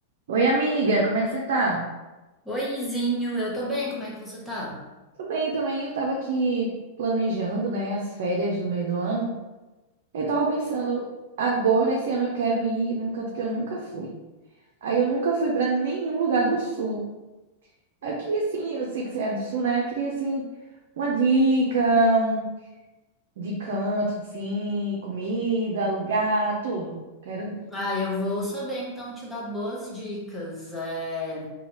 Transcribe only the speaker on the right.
Oi, amiga, como é que você tá?
Tô bem também, eu tava aqui planejando, né, as férias do meio do ano. Eu tava pensando, agora esse ano eu quero ir num canto que eu nunca fui. Aí eu nunca fui pra nenhum lugar do sul. Aí eu queria assim, eu sei que você é do sul, né? Eu queria assim uma dica um- de canto, assim, comida, lugar, tudo. Quero